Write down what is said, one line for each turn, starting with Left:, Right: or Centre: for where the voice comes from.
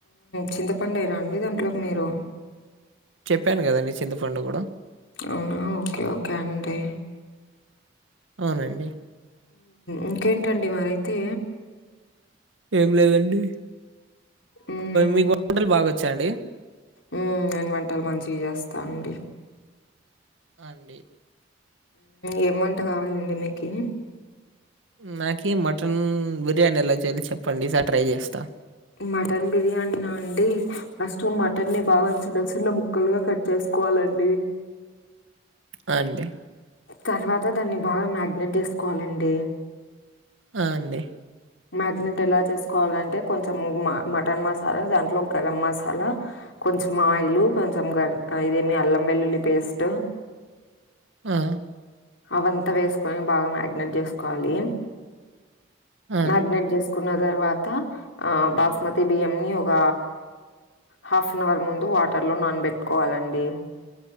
Left: చింతపండు వేయరా అండి దాంట్లోకి మీరు
Right: చెప్పాను కదండీ, చింత పండు కూడా
Left: అవునా ఓకే ఓకే అండి
Right: అవునండి
Left: ఇంకేంటండి మరైతే
Right: ఏం లేదండి
Left: హ్మ్.
Right: మీకు వంటలు బాగా వచ్చాండి.
Left: మ్ నేను వంటలు మంచిగా చేస్తాను అండి.
Right: అండి
Left: ఏమి వంటకావాలండి మీకి
Right: నాకు మటన్ బిర్యానీ ఎలా చేయలో చెప్పండి ఈసారి ట్రై చేస్తా.
Left: మటన్ బిర్యానీ నా అండి ఫస్ట్ మటన్ని ని బాగా చిన్న చిన్న ముక్కలుగా కట్ చేసుకోవాలండి.
Right: ఆ అండి
Left: తర్వాత దాన్ని బాగా మ్యరినేట్ చేసుకోవాలండి.
Right: ఆ అండి
Left: మ్యారినేట్ ఎలా చేసుకోవాలంటే కొంచెం మటన్ మసాలా దాంట్లో గరం మసాలా కొంచెం ఆయిలు, కొంచెం గర్ ఇదేమి అల్లం వెల్లుల్లి పేస్ట్
Right: ఆ
Left: అవంతా వేసుకొని బాగా మ్యారినేట్ చేసుకోవాలి
Right: ఆ!
Left: మ్యారినేట్ చేసుకున్న తర్వాత ఆ బాస్మతి బియ్యం ని ఒక హాఫ్ అన్ అవర్ ముందు వాటర్ లో నానబెట్టుకోవాలండి.